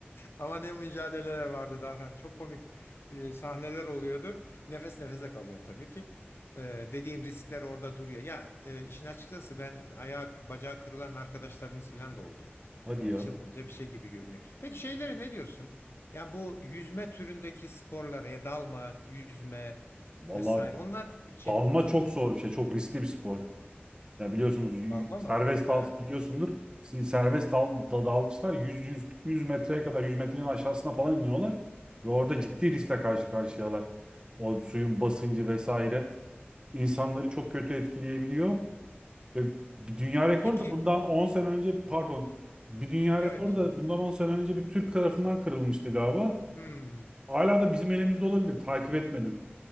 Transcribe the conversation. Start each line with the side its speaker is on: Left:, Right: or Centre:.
Left: Ama ne mücadeleler vardı daha. Hani çok komik e, sahneler oluyordu. Nefes nefese kalıyorsun tabii ki. E, dediğin riskler orada duruyor. Ya e, işin açıkçası ben ayak, bacağı kırılan arkadaşlarımız filan da oldu.
Right: Hadi
Left: Yani
Right: ya.
Left: çılgınca bir şey gibi görünüyor. Peki şeylere ne diyorsun? Yani bu yüzme türündeki sporlara ya dalma, yüzme
Right: Vallahi
Left: vesaire onlar için
Right: dalma çok
Left: e,
Right: zor bir şey. Çok riskli bir spor. Ya biliyorsunuz y-
Left: dalma
Right: serbest
Left: mı? He.
Right: dal biliyorsundur. s- Serbest dal da- dalgıçlar 100 100 100 metreye kadar 100 metrenin aşağısına falan iniyorlar ve orada
Left: Hmm.
Right: ciddi riskle karşı karşıyalar. O suyun basıncı vesaire insanları çok kötü etkileyebiliyor ve bir dünya rekoru
Left: Peki.
Right: da bundan 10 sene önce pardon bir dünya
Left: Yok.
Right: rekoru da
Left: yok.
Right: bundan 10 sene önce bir Türk tarafından kırılmıştı galiba.
Left: Hmm,
Right: Hala da bizim elimizde olabilir. Takip etmedim.